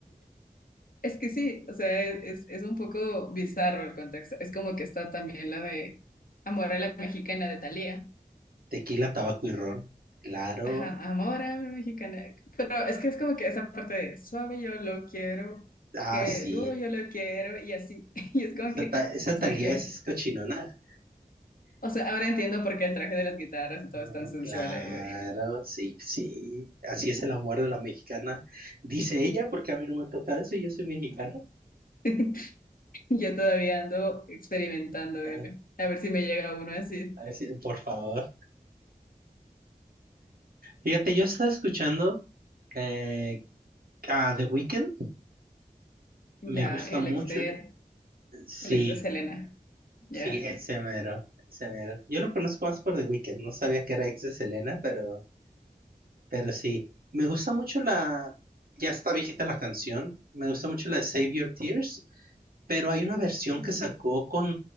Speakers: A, on the left; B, on the right.
A: Es que sí, o sea, es, es un poco bizarro el contexto. Es como que está también la de Amor a la Mexicana de Thalía.
B: Tequila, tabaco y ron. Claro.
A: Ajá, Amor a la Mexicana. Pero es que es como que esa parte de suave yo lo quiero, que
B: Ah, sí.
A: duro yo lo quiero y así. <laughs> Y es como
B: Esa,
A: que,
B: ta- esa
A: o
B: Thalía
A: sea, que
B: es cochinona.
A: O sea, ahora entiendo por qué el traje de las guitarras y
B: Mm,
A: todo es tan sensual
B: Claro,
A: ahí. de-
B: sí, sí. Así es el amor de la mexicana. Dice ella, porque a mí no me ha tocado eso, yo soy mexicano.
A: <laughs> Yo todavía ando experimentando, dile.
B: Ay,
A: A ver si me llega uno así.
B: a ver si- por favor. Fíjate, yo estaba escuchando eh, a The Weeknd.
A: Ya,
B: Me gusta
A: el
B: mucho.
A: ex de,
B: Sí,
A: el ex de Selena. Ya.
B: sí, ese mero, ese mero. Yo lo conozco más por The Weeknd. No sabía que era ex de Selena, pero, pero sí. Me gusta mucho la... Ya está viejita la canción. Me gusta mucho la de Save Your Tears. Pero hay una versión
A: Mm.
B: que sacó con